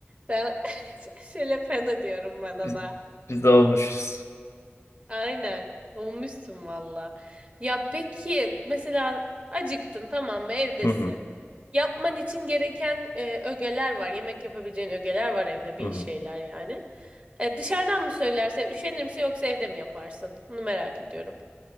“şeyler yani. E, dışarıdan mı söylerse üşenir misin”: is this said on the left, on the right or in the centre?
Right